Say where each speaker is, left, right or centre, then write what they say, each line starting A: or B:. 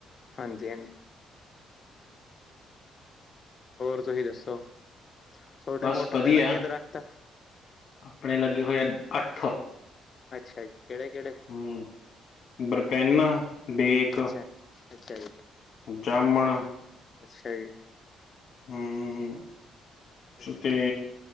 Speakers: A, on the left (about 40°); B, on the left (about 60°).
A: ਹਾਂਜੀ-ਹਾਂਜੀ। ਹੋਰ ਤੁਸੀਂ ਦੱਸੋ? ਤੁਹਾਡੇ
B: ਬਸ
A: ਮੋਟਰ
B: ਵਧੀਆ,
A: ਤੇ ਲੱਗਿਆ ਦਰਖਤ
B: ਆਪਣੇ ਲੱਗੇ ਹੋਏ ਆ ਅੱਠ।
A: ਅੱਛਾ ਜੀ, ਕਿਹੜੇ-ਕਿਹੜੇ?
B: ਹੂੰ, ਬਰਕੈਨਾ, ਡੇਕ
A: ਅੱਛਾ ਅੱਛਾ ਜੀ।
B: ਜਾਮਣ,
A: ਅੱਛਾ ਜੀ।
B: ਹੂੰ
A: ਅੱਛਾ
B: ਤੇ
A: ਅੱਛਾ